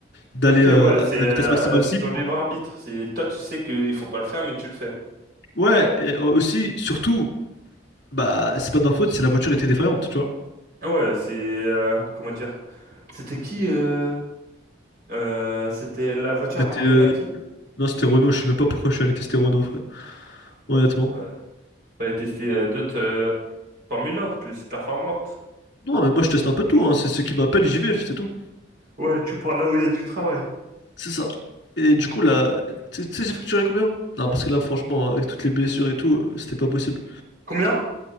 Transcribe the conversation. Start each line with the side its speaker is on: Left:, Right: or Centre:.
Left: d'aller
Right: Ok,
Left: euh,
Right: ouais,
Left: à
Right: c'est
Left: la
Right: euh,
Left: vitesse maximale
Right: c'est
Left: s'il
Right: ton
Left: faut.
Right: libre arbitre. C'est toi, tu sais qu'il faut pas le faire, mais tu le fais.
Left: Ouais, et euh, aussi, surtout, bah, c'est pas de ma faute si la voiture était défaillante, tu vois.
Right: Ouais, c'est euh, comment dire? C'était qui euh, euh, c'était la voiture
Left: C'était.
Right: appartenait
Left: euh,
Right: à qui?
Left: Non, c'était Renault, je sais même pas pourquoi je suis allé tester Renault, frère, honnêtement.
Right: Ouais. Fallait tester euh, d'autres euh, Formule 1 plus performantes.
Left: Non, mais moi je teste un peu de tout, hein. C'est ceux qui m'appellent, j'y vais, c'est tout.
Right: Ouais, tu prends là où il y a du travail.
Left: C'est ça. Et du coup, là, tu tu sais, j'ai facturé combien? Non,
Right: Hmm
Left: parce que là, franchement, avec toutes les blessures et tout, euh, c'était pas possible.
Right: Combien?